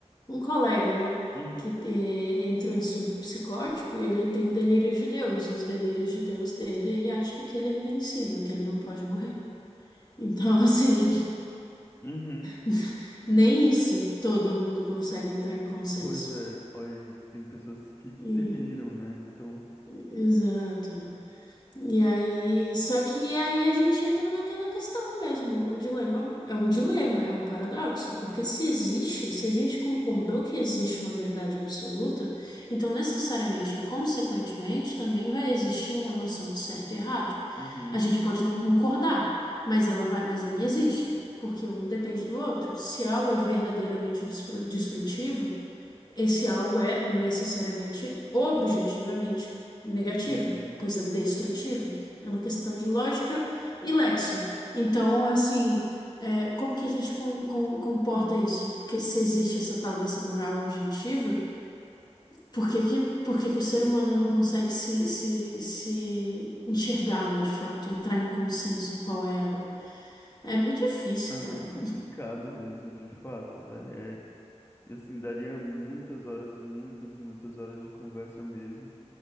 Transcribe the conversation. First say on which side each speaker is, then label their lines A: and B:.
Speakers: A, on the left; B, on the left.
A: um colega, né?
B: uhum,
A: Que eh, entrou em surto psicótico e ele tem delírios de Deus. E os delírios de Deus dele, ele acha que ele é invencível, que ele não pode morrer. Então, assim.
B: uhum.
A: <laughs> Nem isso todo mundo consegue entrar em consenso.
B: Pois é, olha, tem pessoas que
A: E-
B: deliram, né? Então,
A: exato. E aí, só que aí a gente entra naquela questão mesmo. O dilema é um dilema, é um paradoxo, porque se existe, se a gente concordou que existe uma verdade absoluta, então necessariamente e consequentemente também vai existir uma noção de certo e errado.
B: uhum,
A: A gente pode não concordar, mas ela vai, mas ela existe, porque um depende do outro. Se algo é verdadeiramente destru- destrutivo, Esse algo é necessariamente, objetivamente, negativo,
B: uhum.
A: pois é destrutivo. É uma questão de lógica e lexo. Então, assim, é, como que a gente com- com- comporta isso? Porque se existe essa tal dessa moral objetiva, por que que, por que que o ser humano não consegue se, se, se enxergá-la de fato, entrar em um consenso em qual é ela? É muito difícil,
B: É
A: cara.
B: muito complicado mesmo, de fato, velho. É, e assim, daria muitas horas, muitas e muitas horas de conversa mesmo.